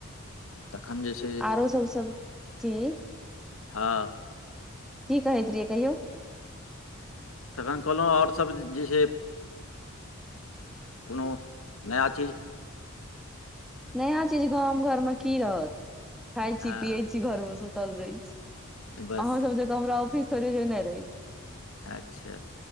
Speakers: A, on the left; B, in the centre.
A: तखन जे छै।
B: आरो सब- सब की।
A: हँ।
B: की कहैत रहयै कहियौ।
A: तखन कहलहुँ और सब जे छै, कोनो नया चीज।
B: नया चीज गाम घर में की रहत, खााय
A: हँ
B: छी पियै छी घर में सुतल रहैत छी।
A: बस
B: अहाँ सब जंका हमरा ऑफिस थोड़े जेना रहैया।
A: अच्छा